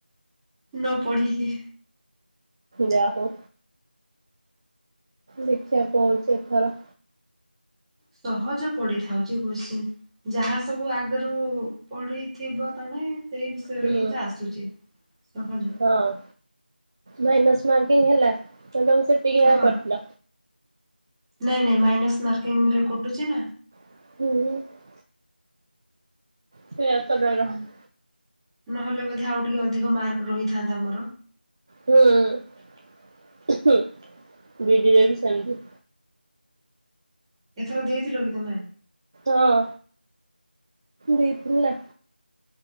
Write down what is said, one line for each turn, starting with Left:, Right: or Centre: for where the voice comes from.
Centre: ନ ପଢ଼ିକି।
Right: ଯା ହଉ। ଦେଖି କଣ ହଉଛି ଏଥର?
Centre: ସହଜ ପଢି ଥାଉ ଯେ କୋସଚୀନ୍ ଯାହା ସବୁ ଆଗରୁ ପଢିଥିବ ତମେ। ସେଇ ବିଷୟରୁ
Right: ହୁଁ
Centre: ହିଁ ତ ଆସୁଛି ସହଜ।
Right: ହଁ। ମାଇନସ୍ ମାର୍କିଂ ହେଲା। <unintelligible>
Centre: ହଁ ନାଇଁ ନାଇଁ ମାଇନସ୍ ମାର୍କିଂ ରେ କଟୁଛି ନା।
Right: ହୁଁ। ସେଇୟତଲ ରହାମ।
Centre: ନହେଲେ ବୋଧେ ଆଉ ଟିକେ ଅଧିକ ମାର୍କ ରହିଥାନ୍ତା ମୋର।
Right: ହୁଁ ବିଡିରେ ବି ସେମିତି।
Centre: ଏଥର ଦେଇଥିଲ କି ତମେ?
Right: ହଁ। ଦେଇଥିଲି ନା।